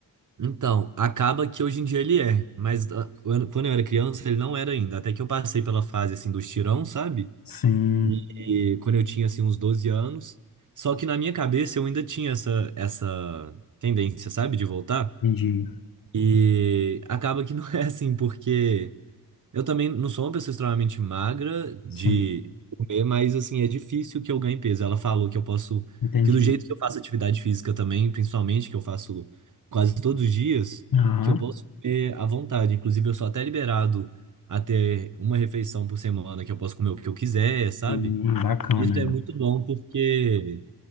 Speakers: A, on the right; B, on the left.
A: Então, acaba que hoje em dia ele é, mas ah, quando quando eu era criança ele não era ainda, até que eu passei pela fase assim dos tirão, sabe?
B: Sim,
A: E, e quando eu tinha assim uns 12 anos, só que na minha cabeça eu ainda tinha essa essa tendência, sabe, de voltar.
B: entendi.
A: E acaba que não <laughs> é assim, porque Eu também não sou uma pessoa extremamente magra de
B: Sim.
A: comer, mas assim, é difícil que eu ganhe peso. Ela falou que eu posso,
B: Entendi.
A: que do jeito que eu faço atividade física também, principalmente que eu faço quase todos os dias,
B: Aham,
A: que eu posso comer à vontade. Inclusive, eu sou até liberado a ter uma refeição por semana que eu posso comer o que eu quiser, sabe?
B: Sim, bacana,
A: Isso é muito bom porque